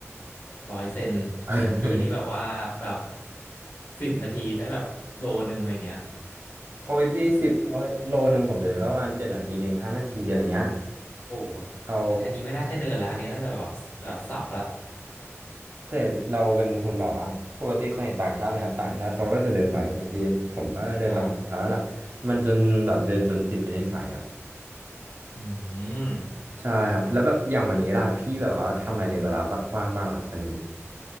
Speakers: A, on the left (about 40°); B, on the right (about 45°).
A: ร้อยเซนเดินทีนี่แบบว่าแบบ
B: <laughs>
A: สิบนาทีได้แบบโลนึงอะไรอย่างเงี้ย
B: โอ้ยพี่สิบโอ้ยโลหนึ่งผมเดินเข้าประมาณเจ็ดนาทีเองห้านาทีอะไรเงี้ย
A: โอ้โห
B: เรา
A: อันอันนี้ไม่น่าใช่เดินละอันนี้น่าจะแบบแบบสับละ
B: แต่เราเป็นคนบอกว่าปกติเคยเห็นต่างชาติไหมครับต่างชาติเขาก็จะเดินไวใช่ไหมพี่ผมก็เดินตามเขาแล้วล่ะมันจนแบบเดินจนติดเป็นนิสัยอ่ะ
A: ครับอืม
B: ใช่ครับแล้วแบบอย่างวันนี้ล่ะพี่แบบว่าทำอะไรในเวลาบ้างบ้างเหรอครับวันนี้